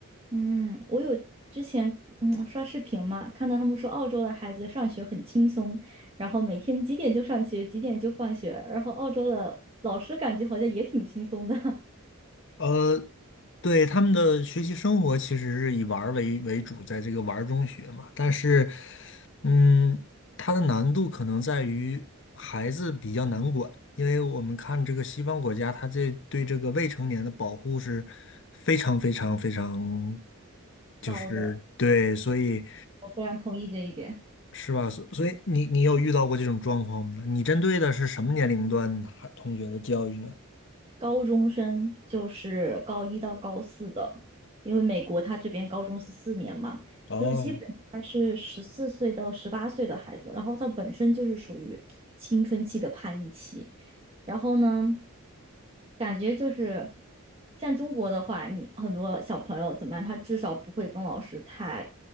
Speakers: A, on the right; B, on the left.
A: 嗯，我有之前嗯刷视频嘛，看到他们说澳洲的孩子上学很轻松，然后每天几点就上学，几点就放学，然后澳洲的老师感觉好像也挺轻松的，<laughs>
B: 呃，对，他们的学习生活其实是以玩儿为为主，在这个玩儿中学嘛。但是，嗯，它的难度可能在于孩子比较难管，因为我们看这个西方国家，它这对这个未成年的保护是非常非常非常，就是对，
A: 高的，
B: 所以
A: 我非常同意这一点。
B: 是吧？所所以你你有遇到过这种状况吗？你针对的是什么年龄段的孩同学的教育呢？
A: 高中生就是高一到高四的，因为美国他这边高中是四年嘛，
B: 哦
A: 就是基本他是十四岁到十八岁的孩子，然后他本身就是属于青春期的叛逆期，然后呢，感觉就是像中国的话，你很多小朋友怎么样，他至少不会跟老师太